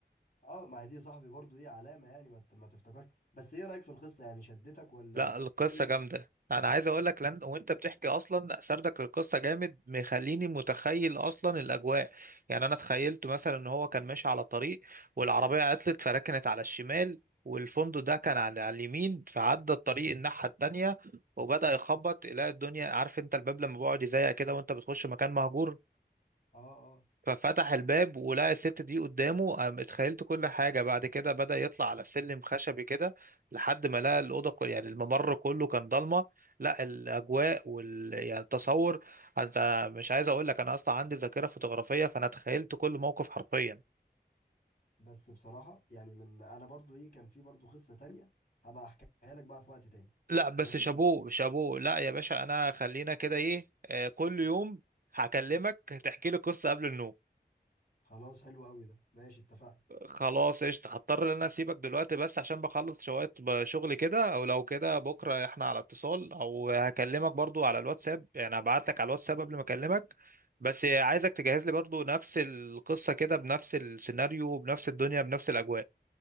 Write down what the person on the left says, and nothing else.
اه ما هي دي يا صاحبي برضه ايه علامة يعني ما ت- ما تفتكرش بس ايه رأيك في القصة يعني شدتك ولا
ايه ال-
اه اه
بس بصراحة يعني من أنا برضو إيه كان في برضو قصة تانية هبقى أحكيها لك بقى في وقت تاني
ماشي
خلاص حلو أوي ده ماشي اتفقنا